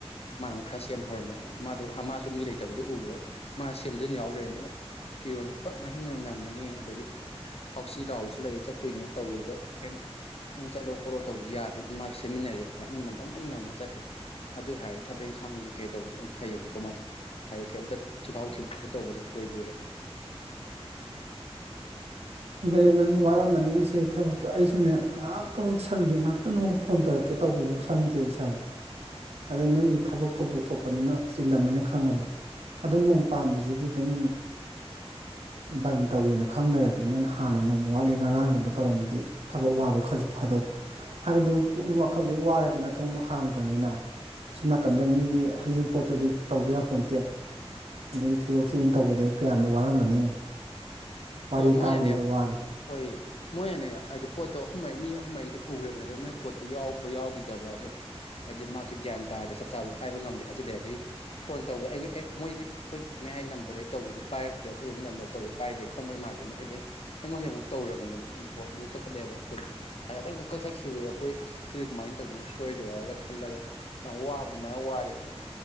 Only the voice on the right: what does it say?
ꯑꯗꯨꯩ ꯅꯪꯁꯨ ꯋꯥꯔꯝꯕꯅꯤ ꯉꯁꯤ ꯊꯕꯛꯇꯣ ꯑꯩꯁꯨꯅꯦ ꯉꯥꯛꯇꯕ ꯁꯪꯗꯤꯦ ꯉ ꯅꯉꯣꯟ ꯐꯣꯟ ꯇꯧꯛꯦ ꯇꯧꯕꯐꯥꯎ ꯁꯪꯗꯦꯕ ꯏꯁꯥꯁꯦ ꯑꯗ ꯅꯣꯏꯒꯤ ꯊꯕꯛ ꯊꯧꯗꯣꯛ ꯊꯣꯛꯄꯅꯤꯅ ꯆꯤꯜꯂꯝꯃꯅꯤ ꯈꯪꯉꯕ ꯑꯗꯣ ꯅꯣꯡ ꯄꯥꯝꯕꯁꯤꯗꯤ ꯑꯗꯨꯝ ꯕꯟ ꯇꯧꯒꯦꯅ ꯈꯪꯅꯔ ꯑꯗꯨ ꯅꯅ ꯍꯥꯟꯅ ꯅꯣꯡꯃ ꯋꯥꯠꯂꯤ ꯉꯔꯥꯡꯒꯨꯝꯕ ꯇꯧꯔꯝꯃꯗꯤ ꯊꯕꯛ ꯋꯥꯕ ꯈꯔꯁꯨ ꯐꯥꯗꯧꯕ ꯍꯥꯏꯕꯗꯨ ꯄꯨꯛꯅꯤꯡ ꯋꯥꯈꯜꯗ ꯋꯥꯔꯦꯗꯅ ꯊꯣꯡꯗꯣ ꯍꯥꯡꯗ꯭ꯔꯕꯅꯤꯅ ꯁꯣꯝ ꯅꯥꯀꯟꯗ ꯃꯤꯒꯤ ꯍꯩꯡꯤꯡ ꯄꯣꯠꯇꯨꯗꯤ ꯇꯧꯗ ꯌꯥꯄꯣ ꯅꯠꯇꯦ ꯑꯗꯨꯒꯤ ꯊꯣꯏꯗꯣꯛ ꯊꯤꯖꯤꯟ ꯇꯧꯕꯗ ꯀꯌꯥꯝꯗꯤ ꯋꯥꯔꯝꯒꯅꯤ ꯋꯥꯔꯤ
ꯇꯥꯕꯗꯨꯗ
ꯋꯥꯔꯦ